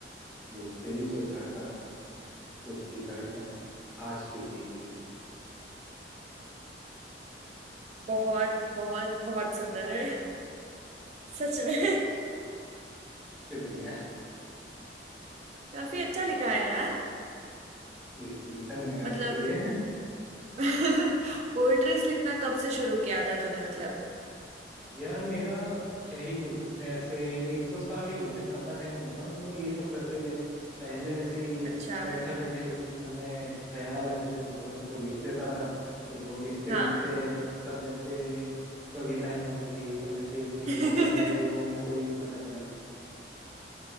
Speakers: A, in the centre; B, on the right (about 40°).
A: वो दिल जो धड़का था उसकी धड़कन आज भी तेरी है
B: बहुत बहुत बहुत सुंदर है सच में <laughs>
A: शुक्रिया
B: काफी अच्छा लिखा है यार
A: <laughs> बिल्कुल धन्यवाद
B: मतलब
A: इसके लिए
B: <laughs> पोएट्रीज लिखना कब से शुरू किया था तूने मतलब
A: यार मेरा क्या ही बोल सकते हैं ऐसे एक दो साल ही हुए हैं ज्यादा टाइम नहीं हुआ मेरे को ये सब करते हुए पहले ऐसे ही
B: अच्छा
A: बैठे बैठे कुछ मन में ख्याल आते थे तो बस उनको लिख देता था फिर वो लिखते
B: हाँ
A: लिखते कब ऐसे कविताएं बन गई कब ऐसे एक नई
B: <laughs>
A: हॉबी बन गई वो मेरे को भी नहीं पता चला